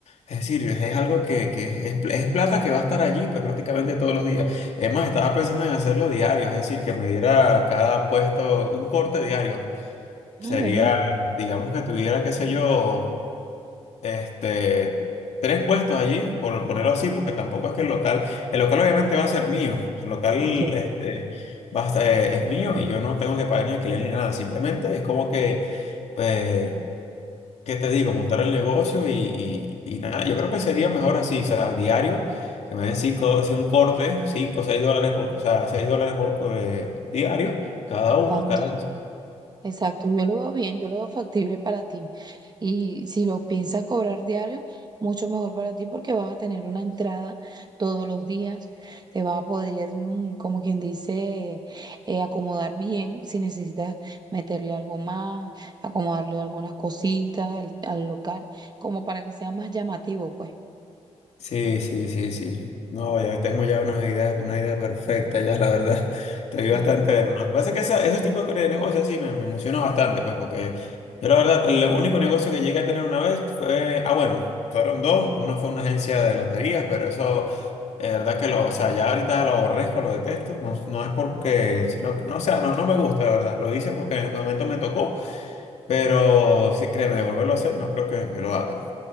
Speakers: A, on the left; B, on the right.
A: Es decir, es es algo que, que es, pl- es plata que va a estar allí, pues prácticamente todos los días. Es más, estaba pensando en hacerlo diario, es decir, que me diera cada puesto un corte diario.
B: Ah,
A: Sería,
B: bueno,
A: digamos que tuviera, qué sé yo este, tres puestos allí, por ponerlo así, porque tampoco es que el local, el local obviamente va a ser mío, el local
B: ok,
A: este, va a ser- eh, es mío y yo no tengo que pagar ni alquiler ni nada, simplemente es como que, eh, ¿qué te digo? Montar el negocio y, y- y nada, yo creo que sería mejor así, o sea, diario, que me den cinco, sí, un corte, cinco, seis dólares por, o sea, seis dólares por eh, diario, cada
B: exacto.
A: uno, cada...
B: Exacto, yo lo veo bien, yo lo veo factible para ti. Y si lo piensas cobrar diario, mucho mejor para ti porque vas a tener una entrada todos los días, te vas a poder, mm, como quien dice, eh, acomodar bien si necesitas meterle algo más, acomodarle algunas cositas al, al local, como para que sea más llamativo, pues.
A: Sí, sí, sí, sí. No, ya tengo ya una idea, una idea perfecta, ya la verdad. <laughs> Estoy
B: Sí,
A: bastante de Lo que pasa es que esa- esos tipos de negocios sí me, me emociona bastante, pues, porque yo la verdad, el único negocio que llegué a tener una vez fue, ah, bueno, fueron dos. Una fue una agencia de loterías, pero eso, la verdad que lo, o sea, ya ahorita lo aborrezco, lo detesto. No, no es porque, sino, que- no, o sea, no, no me gusta, la verdad. Lo hice porque en el momento me tocó, pero sí, créeme, volverlo a hacer, no creo que que lo haga.